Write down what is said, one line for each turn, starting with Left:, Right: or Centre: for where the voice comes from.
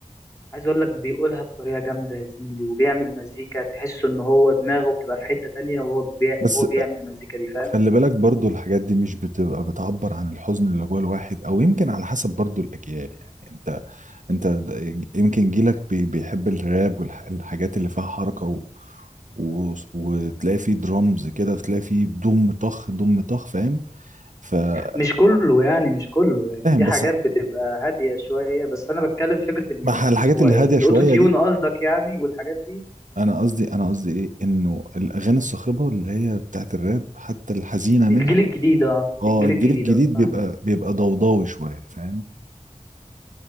Left: عايز اقول لك بيقولها بطريقة جامدة يا زميلي وبيعمل مزيكا تحس ان هو دماغه بتبقى في حتة تانية وهو بي...
Right: بس
Left: وهو بيعمل المزيكا دي فاهم
Right: خلي بالك برضو الحاجات دي مش بتبقى بتعبر عن الحزن اللي جوه الواحد او يمكن على حسب برضو الاجيال يعني انت انت د- يمكن جيلك بي- بيحب الراب والحاجات اللي فيها حركة و... و... وتلاقي فيه درامز كده تلاقي فيه دم طخ دم طخ فاهم ففاهم
Left: مش كله يعني مش كله يعني في حاجات
Right: بس
Left: بتبقى هادية شوية بس انا بتكلم فكرة اللي
Right: مع الحاجات
Left: هو
Right: اللي
Left: ايه
Right: هاديه
Left: الاوتو
Right: شويه
Left: تيون
Right: دي
Left: قصدك يعني والحاجات دي
Right: انا قصدي انا قصدي ايه انه الاغاني الصاخبه اللي هي بتاعت الراب حتى الحزينه
Left: الجيل
Right: منها
Left: الجديد اه
Right: اه
Left: الجيل
Right: الجيل
Left: الجديد
Right: الجديد
Left: اه فاهمك
Right: بيبقى بيبقى ضوضاوي شويه فاهم